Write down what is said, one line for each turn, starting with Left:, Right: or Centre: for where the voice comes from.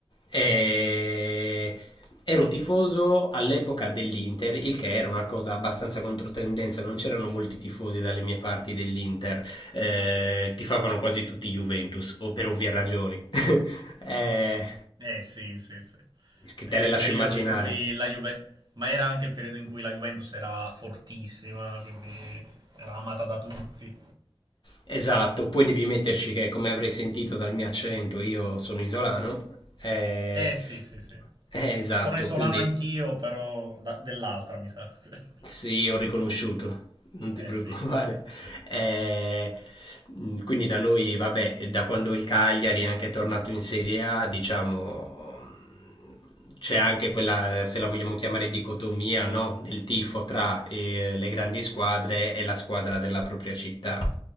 Left: eh, ero tifoso all'epoca dell'Inter, il che era una cosa abbastanza controtendenza, non c'erano molti tifosi dalle mie parti dell'Inter, eh, tifavano quasi tutti Juventus, o per ovvie ragioni. <laughs> Eh,
Right: Eh sì, sì, sì.
Left: che
Right: Era
Left: te le lascio
Right: il periodo
Left: immaginare.
Right: in cui la Juve... Ma era anche il periodo in cui la Juventus era fortissima, quindi era amata da tutti.
Left: Esatto, poi devi metterci che, come avrei sentito dal mio accento, io sono isolano. Eh,
Right: Eh sì, sì, sì.
Left: eh, esatto,
Right: Sono isolano
Left: quindi
Right: anch'io, però da- dell'altra, mi sa. <laughs>
Left: Sì, ho riconosciuto, non ti
Right: Eh
Left: <laughs> preoccupare.
Right: sì,
Left: Eh, mh, quindi da noi, vabbè, da quando il Cagliari è anche tornato in Serie A, diciamo, mh, c'è anche quella, se la vogliamo chiamare dicotomia, no? Nel tifo tra eh, le grandi squadre e la squadra della propria città.